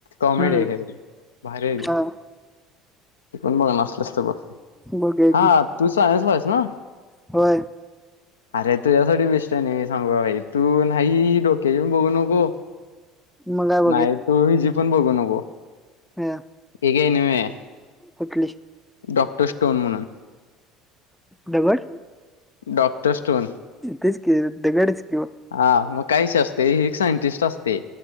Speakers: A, on the left; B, in the centre.
A: कॉमेडी
B: हं,
A: आहे ख भारी
B: हां,
A: तिकण बघ नसलस तर बघ
B: बघूया
A: हा
B: की,
A: तू सायन्सला आहेस ना
B: होय.
A: अरे तुझ्यासाठी बेष्ट्याने मी सांगू भाई तू नाही डोक्याचीण बघू नको
B: मग आहे बघे
A: नाही तू हिजी पण बघू नको
B: ह
A: एगे नम
B: कुठली
A: डॉक्टर स्टोन म्हणून
B: दगड
A: डॉक्टर स्टोन
B: तेच कि दिगडच किव
A: हा मग काहीशी असते हे सायंटिस्ट असते